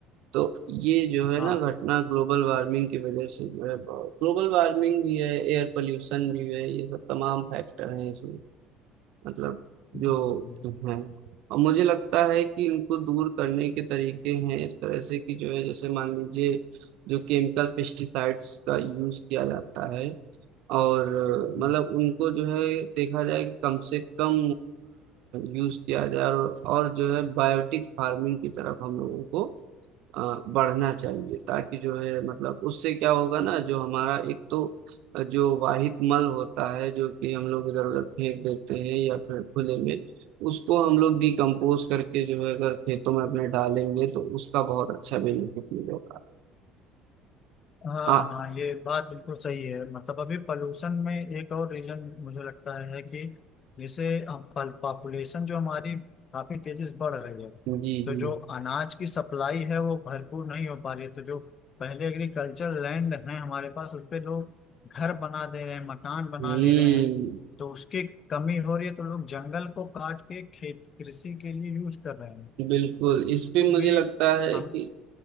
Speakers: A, on the right; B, on the left.
A: तो ये जो है
B: हाँ
A: ना घटना ग्लोबल वार्मिंग की वजह से जो है ग्लोबल वार्मिंग भी है एयर पोल्यूशन भी है ये सब तमाम फैक्टर हैं इसमें मतलब
B: हम्म
A: जो है और मुझे लगता है कि इनको दूर करने के तरीके हैं इस तरह से कि जो है जैसे मान लीजिए जो केमिकल पेस्टिसाइड्स का यूज किया जाता है और अ,
B: हम्म,
A: मतलब उनको जो है देखा जाए कि कम से कम यूज किया जाए और, और जो है बायोटिक फार्मिंग की तरफ हम लोगों को अ, बढ़ना चाहिए ताकि जो है मतलब उससे क्या होगा ना जो हमारा एक तो जो वाहित मल होता है जो कि हम लोग इधर उधर फेंक देते हैं या फिर खुले में उसको हम लोग डिकम्पोज करके जो है अगर खेतों में अपने डालेंगे तो उसका बहुत अच्छा बेनिफिट मिलेगा
B: हाँ
A: हाँ
B: हाँ ये बात बिल्कुल सही है मतलब अभी पॉल्यूशन में एक और रीजन मुझे लगता है कि जैसे पॉपुलेशन जो हमारी काफी तेजी से बढ़ रही है
A: जी
B: तो
A: जी
B: जो अनाज की सप्लाई है वो भरपूर नहीं हो पा रही है तो जो पहले एग्रीकल्चर लैंड है हमारे पास उस पे लोग घर बना दे रहे हैं मकान बना
A: हम्म
B: ले रहे हैं तो उसकी कमी हो रही है तो लोग जंगल को काट के खेत कृषि के लिए यूज कर रहे हैं
A: बिल्कुल
B: तो उसको
A: इस पे मुझे
B: भी
A: लगता है
B: हम
A: कि